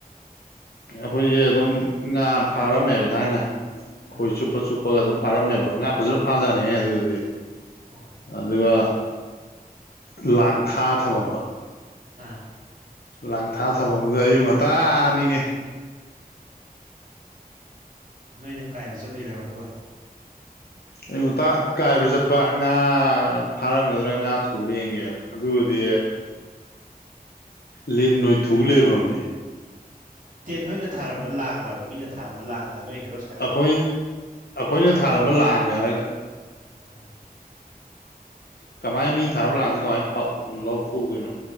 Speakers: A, on the left (about 85°); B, on the right (about 55°).
A: ꯑꯩꯈꯣꯏꯁꯦ ꯑꯗꯨꯝ ꯉꯥ ꯐꯥꯔꯝꯃꯦꯕ ꯊꯥꯏꯅ ꯈꯣꯏ
B: ꯑꯥ
A: ꯆꯨꯞꯄ ꯆꯨꯞꯄꯒ ꯑꯗꯨꯝ ꯐꯥꯔꯝꯃꯦꯕ ꯉꯥ ꯐꯖꯅ ꯐꯥꯖꯥꯠꯅꯤꯍꯦ ꯑꯗꯨꯗꯗꯤ
B: ꯑꯣ
A: ꯑꯗꯨꯒ ꯂꯥꯡ ꯊꯥꯛꯑ ꯊꯝꯃꯝꯕ
B: ꯑꯥ
A: ꯂꯥꯡ ꯊꯥ ꯊꯐꯝꯗꯨꯗ ꯑꯌꯨꯛ ꯉꯟꯇꯥꯅꯤꯅꯦ
B: ꯅꯣꯏꯅ ꯀꯥꯏꯕ ꯆꯠꯂꯨꯔꯕ ꯑꯗꯨꯒ
A: ꯑꯣ ꯑꯌꯨꯛ ꯉꯟꯇ ꯀꯥꯏꯕ ꯆꯠꯄ ꯉꯥ ꯐꯥꯔꯝꯒꯗ꯭ꯔꯥ ꯉꯥ ꯊꯨꯕꯔ ꯌꯦꯡꯒꯦꯅ ꯑꯗꯨꯒꯗꯤ ꯂꯤꯟꯑꯣꯏ ꯊꯨ ꯂꯩꯕꯝꯅꯦ
B: ꯅꯣꯏꯅ ꯊꯥꯔꯝꯕ ꯂꯥꯡꯂꯕ ꯃꯤꯅ ꯊꯥꯔꯝꯕ ꯂꯥꯡꯗ ꯅꯣꯏ ꯍꯦꯔꯣ ꯁꯥꯔꯨꯏꯔꯕ
A: ꯑꯩꯈꯣꯏ ꯑꯩꯈꯣꯏꯅ ꯊꯥꯔꯝꯕ ꯂꯥꯡꯅꯦ ꯍꯥꯌꯔꯒꯥ
B: ꯎꯝ
A: ꯀꯃꯥꯏꯅ ꯃꯤ ꯊꯥꯕ ꯂꯥꯡꯗ ꯀꯃꯥꯏꯅ ꯂꯧꯊꯣꯛꯎꯗꯣꯏꯅꯣ